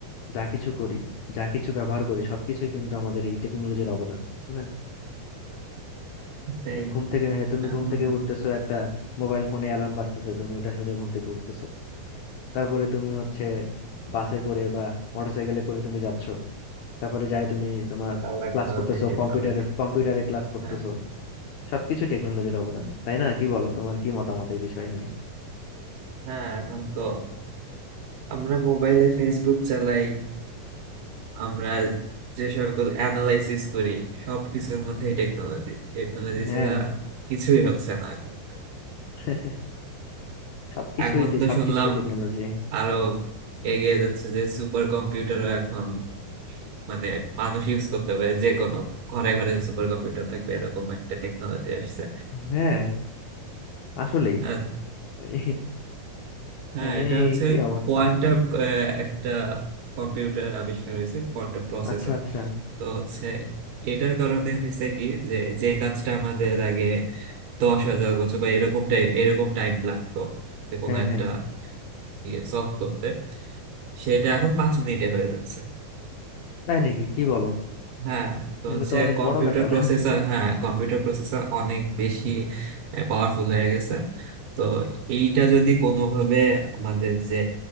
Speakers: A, on the left (about 75°); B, on the right (about 70°).
A: যা কিছু করি যা কিছু ব্যবহার করি সবকিছুই কিন্তু আমাদের এই টেকনোলজির অবদান তাই না
B: তাই
A: তো ঘুম থেকে হ্যাঁ, তুমি
B: এখন
A: ঘুম থেকে উঠতেছো একটা মোবাইল ফোনে অ্যালার্ম বাজতেছে তুমি ওটা শুনে ঘুম থেকে উঠতেছো তারপরে তুমি হচ্ছে বাসে করে বা মোটরসাইকেলে করে তুমি যাচ্ছ তারপরে যাই তুমি তোমার
B: তাও এক
A: ক্লাস
B: ধরনের
A: করতেছো
B: টেকনোলজি
A: কম্পিউটারে কম্পিউটারে ক্লাস করতেছো
B: হ্যাঁ
A: সবকিছু টেকনোলজির অবদান তাই না কি বলো তোমার কি মতামত এই বিষয় নিয়ে
B: হ্যাঁ এখন তো আমরা মোবাইলে ফেসবুক চালাই আমরা যে সকল অ্যানালাইসিস করি সবকিছুর মধ্যেই টেকনোলজি টেকনোলজি
A: হ্যাঁ
B: ছাড়া কিছুই হচ্ছে না এখন
A: <laughs> সবকিছুইতে
B: এখন তো
A: সবকিছুতে
B: শুনলাম
A: টেকনোলজি
B: আরো এগিয়ে যাচ্ছে যে সুপার কম্পিউটারও এখন মানে মানুষ ইউজ করতে পারে যে কোনো ঘরে ঘরে সুপার কম্পিউটার থাকবে এরকম একটা টেকনোলজি আসছে
A: হ্যাঁ আসলেই
B: আর
A: এই
B: হ্যাঁ
A: মানে
B: এটা হচ্ছে
A: কি অবস্থা
B: কোয়ান্টাম একটা কম্পিউটার আবিষ্কার হয়েছে কোয়ান্টাম প্রসেসর
A: আচ্ছা আচ্ছা
B: তো হচ্ছে এটার কারণে হয়েছে কি যে যে কাজটা আমাদের আগে দশ হাজার বছর বা এরকম টাইম এরকম টাইম লাগতো যে কোনো
A: হ্যাঁ
B: একটা
A: হ্যাঁ
B: ইয়ে সলভ করতে সেটা এখন পাঁচ মিনিটে হয়ে যাচ্ছে
A: তাই নাকি কি বলো
B: হ্যাঁ তো
A: এটা
B: হচ্ছে
A: তো অনেক
B: কম্পিউটার
A: বড় ব্যাপার <laughs>
B: প্রসেসর হ্যাঁ কম্পিউটার প্রসেসর অনেক বেশি পাওয়ারফুল হয়ে গেছে তো এইটা যদি কোনোভাবে আমাদের যে